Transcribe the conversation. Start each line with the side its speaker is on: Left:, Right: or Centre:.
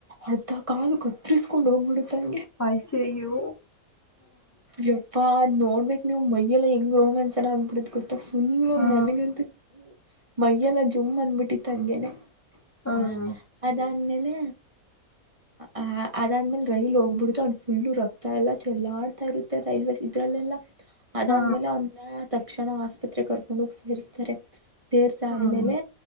Right: ಅರ್ಧ ಕಾಲು ಕಟ್ಟಿಸಿಕೊಂಡು ಹೋಗ್ಬಿಡ್ತೆ ಹಂಗೆ
Left: ಆಯ್ ಸೀ ಯೂ
Right: ಯಪ್ಪಾ ಅದ್ ನೋಡ್ಬೇಕ್ ನೀವು ಮೈಯೆಲ್ಲ ಹೆಂಗ್ ರೋಮಾಂಚನ ಆಗಬಿಡುತ್ತ್ ಗೊತ್ತಾ. ತ್ತಾರೆ ಪೂಲ್
Left: ಹಾ
Right: ನನಗಂತು ಮೈಯೆಲ್ಲ ಜೂ ಜೂಮ್ ಅನ್ನಬಿಟ್ಟಿತ್ತು ಹಂಗೆನೆ
Left: ಹಾ
Right: ಹ ಅದಾದ್ಮೇಲೆ ಆ ಹ ಅದಾದ್ಮೇಲೆ ರೈಲ್ ಹೋಗ್ಬಿಡತು ಅದ್ ಪೂಲ್ಲು ರಕ್ತ್ ತ್ತ ಎಲ್ಲ ಚೆಲ್ಲಾ ಆಡ್ತಾ ಇರುತ್ತೆ ರೈಲ್ವೆೇ ಇದ್ರಲ್ಲೆಲ್ಲ ಅದಾದ್ಮೇಲೆ
Left: ಹಾ
Right: ಅವನ್ನ ತಕ್ಷಣ ಆಸ್ಪತ್ರೆ ಕರ್ಕೊಂಡು ಹೋಗಿ ಸೇರ್ತಾರೆ ಸೇರಸ್
Left: ಹ್ಮ್
Right: ಆದ್ಮೇಲೆ